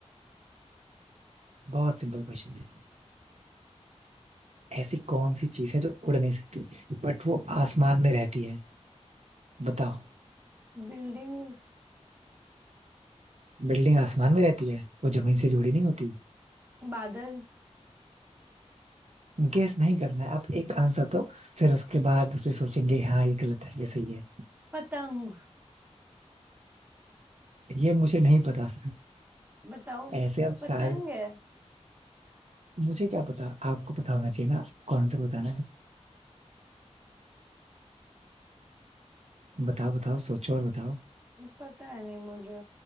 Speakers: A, on the right; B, on the right.
A: बहुत सिंपल क्वेश्चन है ऐसी कौन सी चीज है जो उड़ नहीं सकती बट वो आसमान में रहती है बताओ
B: बिल्डिंग्स
A: बिल्डिंग आसमान में रहती है वो जमीन से जुड़ी नहीं होती
B: बादल
A: गेस नहीं करना है आप एक आंसर दो फिर उसके बाद उसे सोचेंगे हाँ ये गलत है ये सही है
B: पतंग
A: ये मुझे नहीं पता
B: बताओ
A: ऐसे अब
B: पतंग
A: सारे
B: है
A: मुझे क्या पता आपको पता होना चाहिए ना आपको आंसर बताना है बताओ बताओ सोचो और बताओ
B: पता है नहीं मुझे